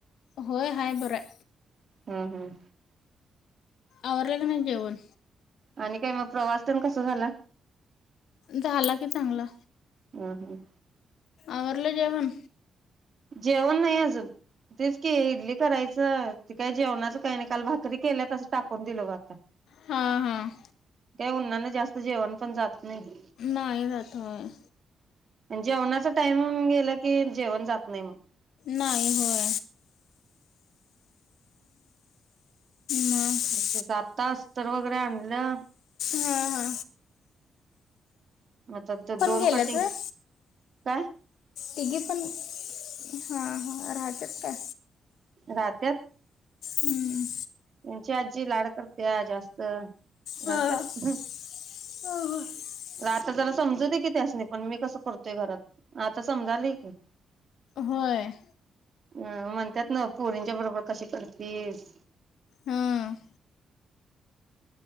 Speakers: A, on the left; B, on the right.
A: होय हाय बर हाय.
B: हम्म हम्म
A: आवरलेलं नाही जेवण.
B: आणि काय मग प्रवास तेन कसा झाला
A: झाला की चांगला.
B: हम् हम्
A: आवरलं जेवण?
B: जेवन नाही अजून तेच की इडली करायचं ते काय जेवणाच काही नाही काल भाकरी केल्या तशाच टाकून दिलो ग आता.
A: हम् हम्
B: हे उन्हानं जास्त जेवन पन जात नाही.
A: नाही ना थोय
B: जेवणाचा टाइमिंग गेलं की जेवण जात नाही म
A: नाही होय. मग
B: पुढचे सात तास तर वगैरे आणलं
A: हा हा
B: मग आता ते दोन
A: गेल्यात
B: कटिंग
A: व्हय?
B: काय?
A: तिघी पण हा, हा राहत्यात काय?
B: राहत्यात.
A: हं.
B: ची आजी लाड करतेया जास्त. राहत्यात.
A: हां <inaudible>
B: आता जरा समजू दे की, त्यासनी पण मी कसं करतोय घरात. आता समजालय की.
A: होय.
B: अं म्हणत्यात ना पोरींच्या बरोबर कशी करतीस?
A: हम्म.